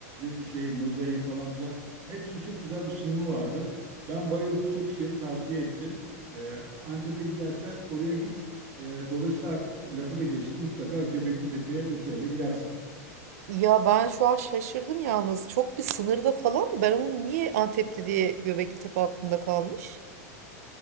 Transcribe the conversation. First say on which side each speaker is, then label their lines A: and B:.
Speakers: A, on the right; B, on the right.
A: e, şey mozaiği falan filan. Hepsinin çok güzel bir sunumu vardı. Ben bayıldım, çok kişiye de tavsiye ettim. E, Antep'e gidersen oraya git. E, dolayısıyla artık lafı da geçti. Mutlaka Göbekli Tepe'ye, Urfa'ya da gidersin.
B: Ya ben şu an şaşırdım yalnız. Çok bir sınırda falan mı? Ben onu niye Antep'te diye Göbekli Tepe aklımda kalmış?